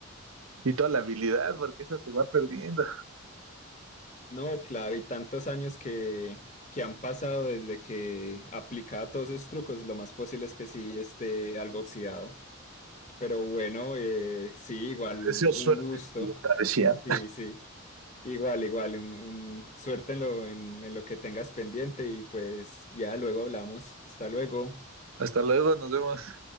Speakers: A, on the right; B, on the left.
A: Y toda la habilidad, porque esa se va perdiendo.
B: No, claro, y tantos años que, que han pasado desde que aplicaba todos esos trucos, lo más posible es que sí esté algo oxidado. Pero bueno, eh, sí, igual
A: Te deseo suerte
B: un gusto,
A: en tu travesía.
B: sí, sí. Igual, igual, un, un- suerte en lo, en en lo que tengas pendiente y pues ya luego hablamos. Hasta luego.
A: Hasta luego, nos vemos.